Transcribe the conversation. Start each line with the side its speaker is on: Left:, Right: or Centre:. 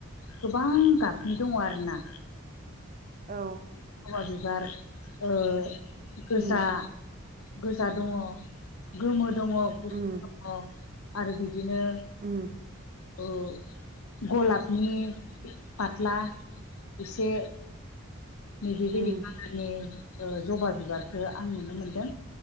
Left: गोबां गाबनि दङ' आरोना।
Right: औ।
Left: जबा बिबार ओ गोजा
Right: उम
Left: गोजा दङ' गोमो दङ' गुफुर
Right: उम
Left: दङ' आरो बिदि बिदिनो
Right: उम
Left: ओ गलाबनि फाथ्ला एसे नैबेबायदि
Right: उम
Left: खामानि जबा बिबारखो आं नुनो मोनदों